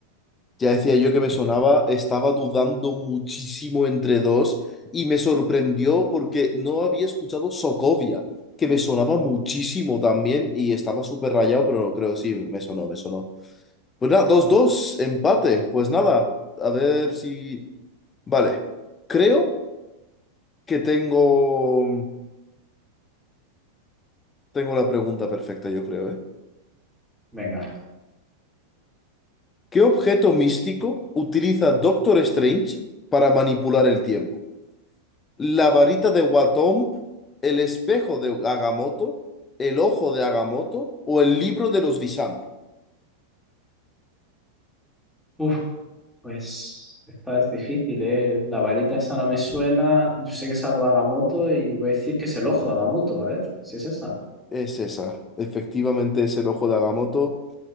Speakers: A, on the left; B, in the centre.
A: Ya decía yo que me sonaba, estaba dudando muchísimo entre dos y me sorprendió porque no había escuchado Sokovia, que me sonaba muchísimo también y estaba súper rayado, pero no creo, sí, me sonó, me sonó. Pues nada, dos dos empate. Pues nada, a ver si... Vale, creo que tengo... Tengo la pregunta perfecta, yo creo, ¿eh?
B: Venga.
A: ¿Qué objeto místico utiliza Doctor Strange para manipular el tiempo? ¿La varita de Watom, el espejo de Agamotto, el ojo de Agamotto o el libro de los Visanti?
B: Uf, pues esta es difícil, ¿eh? La varita esa no me suena. Yo sé que es algo de Agamotto y voy a decir que es el ojo de Agamotto. A ver, si es esa.
A: Es esa, efectivamente es el ojo de Agamotto.